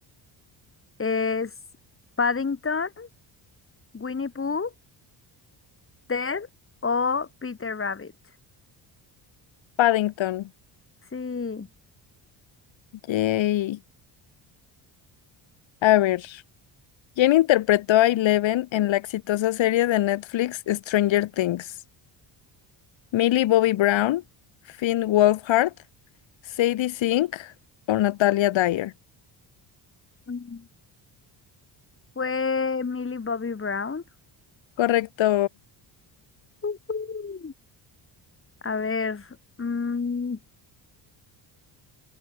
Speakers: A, on the left; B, on the left.
A: ¿Es Paddington, Winnie Pooh, Ted o Peter Rabbit?
B: Paddington.
A: Sí,
B: Yay. A ver. ¿Quién interpretó a Eleven en la exitosa serie de Netflix Stranger Things? ¿Millie Bobby Brown, Finn Wolfhard, Sadie Sink o Natalia Dyer?
A: Mm. fue Millie Bobby Brown.
B: Correcto,
A: Ujú. A ver, mm,